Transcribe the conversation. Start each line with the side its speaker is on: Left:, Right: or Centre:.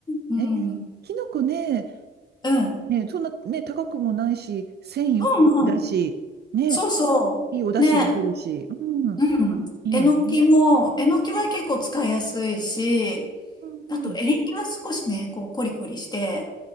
Left: うん。
Right: えー、
Left: うん。
Right: きのこね、
Left: うん
Right: ね、そんなね、高くもないし、繊維豊富だし、
Left: うん。
Right: ね、
Left: そうそう。
Right: いいお出汁も出るし、
Left: ね。
Right: うん、
Left: うん。
Right: いいよね。
Left: えのきも、えのきは結構使いやすいし、
Right: うんうん。
Left: あとエリンギは少しね、こうコリコリして、